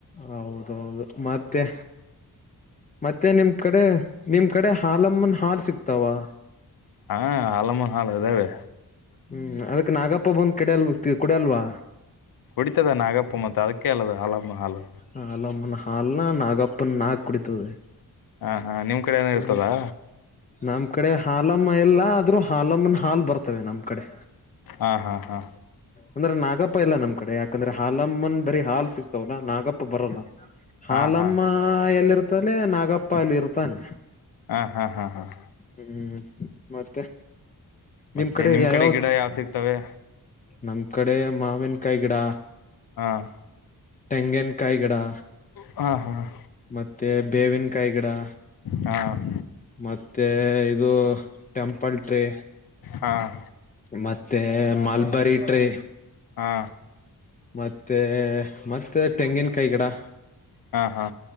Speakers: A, on the left (about 20°); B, on the left (about 70°).
A: ಹೌದೌದು ಮತ್ತೆ ಮತ್ತೆ ನಿಮ ಕಡೆ ನಿಮ ಕಡೆ ಹಾಲಮ್ಮನ್ ಹಾಲ ಸಿಕ್ತಾವಾ
B: ಹಾ ಅ ಹಾಲಮ್ಮನ ಹಾಲ ಅದೇ ರೀ
A: ಹ್ಮ್ ಅದಕ್ ನಾಗಪ್ಪ ಬಂದ್ ಕಡಲ್ವ ಕುಡಲ್ವಾ
B: ಕುಡಿತದ ನಾಗಪ್ಪ ಮತ್ತು ಅದಕ್ಕೆ ಹಾಲ್ಲದು ಹಾಲಮ್ಮ ಹಾಲು
A: ಹಾಲಮ್ಮನ ಹಾಲ ನ ನಾಗಪ್ಪನ ನಾಗ ಕುಡಿತದೆ
B: ಹಾ ಹಾ ನಿಮ್ ಕಡೆ ಏನ ಇರ್ತದಾ
A: ಹ ನಮ್ ಕಡೆ ಹಾಲಮ್ಮ ಇಲ್ಲಾ ಆದ್ರೂ ಹಾಲಮ್ಮನ ಹಾಲ್ ಬರ್ತವೆ ನಮ್ ಕಡೆ
B: ಹಾ ಹಾ ಹಾ
A: ಅಂದ್ರೆ ನಾಗಪ್ಪ ಎಲ್ಲ ನಮ್ಮ ಕಡೆ ಯಾಕೆ ಯಾಕಂದ್ರೆ ಹಾಲಮ್ಮನ್ ಬರಿೀ ಹಾಲ್ ಸಿಗ್ತವಲ್ಲ ನಾಗಪ್ಪ ಬರಲ್ಲ ಹಾಲಮ್ಮ
B: ಹಾಂ ಹಾಂ ಹಾಂ
A: ಎಲ್ಲಿ ಇರ್ತಾನೆ ನಾಗಪ್ಪ ಅಲ್ಲಿ ಇರ್ತಾನೆ
B: ಹಾಂ ಹಾಂ ಹಾಂ
A: ಹ್ಮ್ ಮತ್ತೆ
B: ಮತ್ತು
A: ನಿಮ್ ಕಡೆ
B: ನಿಮ್ಮ
A: ಯಾವಾವ
B: ಗಿಡ ಯಾವ ಸಿಗ್ತವೆ
A: ನಮ್ ಕಡೆ ಮಾವಿನಕಾಯಿ ಗಿಡ
B: ಹ್ಮ್
A: ಟೆಂಗನ್ ಕಾಯಿ ಗಿಡಾ
B: ಹಾಂ ಹಾಂ
A: ಮತ್ತೆ ಬೇವಿನಕಾಯಿ ಗಿಡಾ
B: ಹಾಂ
A: ಮತ್ತೆ ಇದು ಟೆಂಪಲ್ ಟ್ರೀ
B: ಹಾಂ
A: ಮತ್ತೆ ಮಾಲ್ಬರಿ ಟ್ರೆ
B: ಹಾ
A: ಮತ್ತೆ ಮತ್ತೆ ತೆಂಗಿನಕಾಯಿ ಗಿಡಾ
B: ಹಾ ಹಾ